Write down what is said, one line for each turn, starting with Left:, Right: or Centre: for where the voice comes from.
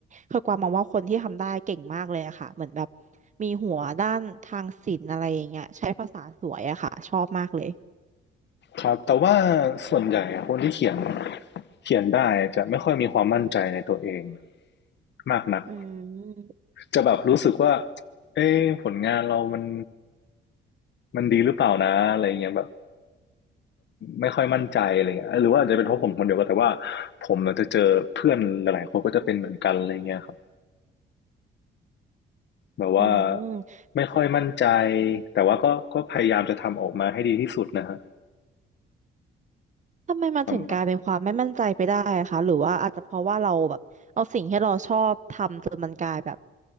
Right: คือกวางมองว่าคนที่ทำได้เก่งมากเลยอะค่ะเหมือนแบบมีหัวด้านทางศิลป์อะไรอย่างเงี้ยใช้ภาษาสวยอะค่ะชอบมากเลย
Left: ครับแต่ว่าส่วนใหญ่อะคนที่เขียนเขียนได้จะไม่ค่อยมีความมั่นใจในตัวเองมากนัก
Right: อืม
Left: จะแบบรู้สึกว่าเอ้ผลงานเรามันมันดีหรือเปล่านะอะไรเงี้ยแบบไม่ค่อยมั่นใจอะไรเงี้ยหรือว่าอาจจะเป็นเพราะผมคนเดียวก็แต่ว่าผมเราจะเจอเพื่อนหลายๆคนก็จะเป็นเหมือนกันอะไรเงี้ยครับแบบว่า
Right: อืม
Left: ไม่ค่อยมั่นใจแต่ว่าก็ก็พยายามจะทำออกมาให้ดีที่สุดนะฮะ
Right: ทำไมมันถึงกลายเป็นความไม่มั่นใจไปได้อะคะ
Left: ประมาณ
Right: หรือว่าอาจจะเพราะว่าเราแบบเอาสิ่งที่เราชอบทำจนมันกลายแบบ